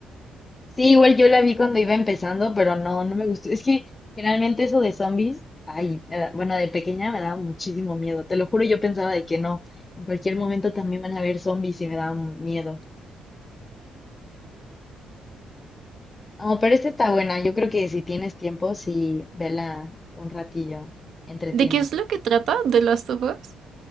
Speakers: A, on the left (about 25°); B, on the right (about 65°).
A: Sí, igual yo la vi cuando iba empezando, pero no, no me gustó. Es que generalmente eso de zombies, ay, me da- bueno, de pequeña me daba muchísimo miedo. Te lo juro, yo pensaba de que no. En cualquier momento también van a haber zombies y me daba miedo. Oh, pero esta está buena. Yo creo que si tienes tiempo, sí, vela un ratillo. Entretiene.
B: ¿De qué es lo que trata The Last of Us?